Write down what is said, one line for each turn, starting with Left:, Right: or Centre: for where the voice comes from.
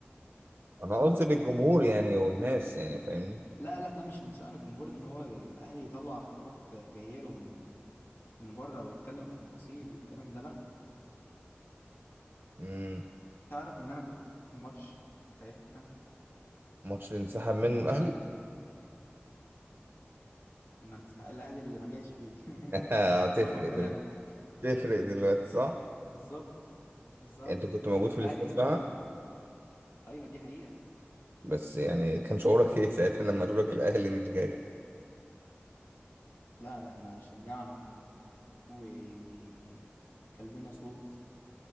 Right: انا قصدي للجمهور يعني والناس يعني فاهمني
Left: لا لا ده مش من شأن الجمهور ان هو الاهلي يطلع خطابات جايه له من من بره ويتكلم في تفاصيل والكلام ده لا
Right: مم.
Left: تعرف ان انا كنت في الماتش ساعتها
Right: ماتش اللي انسحب منه الاهلي
Left: ما انسحق الاهلي اللي ما جاش فيه
Right: <laughs>
Left: <laughs>
Right: هتفرق
Left: ظبط كلامك
Right: تفرق دلوقتي صح؟
Left: <laughs> بالظبط بالظبط
Right: يعني انت كنت موجود
Left: الاهلي
Right: في الاستاد
Left: كلمته
Right: فعلا
Left: واحده ايوه دي حقيقه
Right: بس يعني كان شعورك ايه <laughs> ساعتها لما قالوا لك الاهلي مش جاي؟
Left: لا ده احنا شجعنا وكان لينا صوت